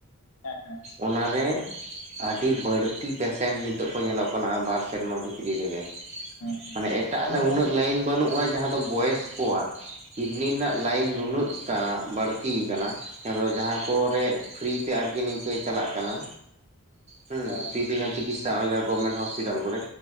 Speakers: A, on the left (about 70°); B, on the right (about 30°).
A: ᱦᱮᱸ ᱦᱮᱸ
B: ᱚᱱᱟ ᱨᱮ ᱟᱹᱰᱤ ᱵᱟᱹᱲᱛᱤ ᱯᱮᱥᱮᱱᱴ ᱱᱤᱛᱳᱜ ᱠᱚ ᱧᱮᱞᱚᱜ ᱠᱟᱱᱟ ᱵᱟᱨ ᱥᱮᱨᱢᱟ ᱵᱷᱤᱛᱨᱤ ᱨᱮᱜᱮ᱾
A: ᱦᱮᱸ ᱦᱮᱸ
B: ᱢᱟᱱᱮ ᱮᱴᱟᱜ
A: ᱚᱱᱮ
B: ᱨᱮ
A: ᱜᱚᱝᱠᱮ
B: ᱩᱱᱟᱹᱜ ᱞᱟᱹᱭᱤᱱ ᱵᱟᱹᱱᱩᱜᱼᱟ ᱡᱟᱦᱟᱸ ᱫᱚ ᱵᱚᱭᱮᱥ ᱠᱚᱣᱟᱜ᱾ ᱠᱤᱰᱱᱤ ᱨᱮᱱᱟᱜ
A: ᱦᱮᱸ
B: ᱞᱟᱭᱤᱱ ᱱᱩᱱᱟᱹᱜ ᱴᱟ ᱵᱟᱹᱲᱛᱤ ᱠᱟᱱᱟ᱾ ᱟᱫᱚ ᱡᱟᱦᱟᱸ ᱠᱚᱨᱮᱜ ᱯᱷᱨᱤ ᱛᱮ ᱟᱨᱠᱤ ᱱᱤᱝᱠᱟᱹ ᱪᱟᱞᱟᱜ ᱠᱟᱱᱟ᱾ ᱦᱩᱸ
A: ᱚ
B: ᱯᱷᱤᱨᱤ ᱛᱮ ᱡᱟᱦᱟᱸ ᱪᱤᱠᱤᱥᱟ ᱱᱚᱜᱼᱚᱭ ᱜᱚᱵᱷᱢᱮᱱᱴ ᱦᱚᱥᱯᱤᱴᱟᱞ ᱠᱚᱨᱮ